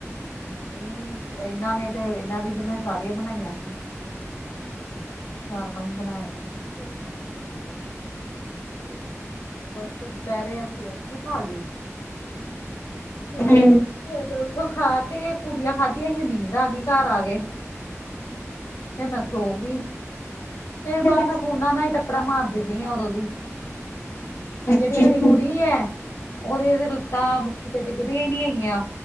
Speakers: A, on the left; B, on the left.
A: ਨਹੀਂ ਇਹਨਾਂ ਨੇ, ਤੇ ਇਹਨਾਂ ਦੀ ਤੇ ਮੈਂ ਸਾਰੀਆਂ ਬਣਾਈਆਂ ਸੀ ਚਾਰ ਪੰਜ ਬਣਾਏ ਸੀ, ਫੁਲਕੇ ਇਹਨਾਂ ਦੇ ਤੇ ਬਸ ਦੁਪਹਿਰੇ ਅਸੀਂ ਉੱਥੇ ਖਾ ਲੀ ਤੇ
B: ਹੂੰ।
A: ਫੇਰ ਉੱਥੋਂ ਖਾ ਕੇ, ਪੁੂੜੀਆਂ ਖਾਧੀਆਂ ਸੀ, ਨੀਂਦ ਆ ਗਈ, ਘਰ ਆ ਗੇ। ਫਿਰ ਮੈਂ ਸੋ ਗਈ। ਫੇਰ ਬਸ
B: ਅੱਛਾ
A: ਫੋਨਾ ਨਾਲ ਹੀ ਟੱਕਰਾਂ ਮਾਰਦੀ ਪਈ ਆ ਉਦੋਂ ਦੀ
B: ਅੱਛਾ।
A: ਜਿਹੜੀ ਮੇਰੀ ਕੁੜੀ ਹੈ ਉਹਦੀ ਤੇ ਲੱਤਾਂ ਤੇ ਟਿੱਕਦੀਆਂ ਹੀ ਨਹੀਂ ਹੈਗੀਆਂ।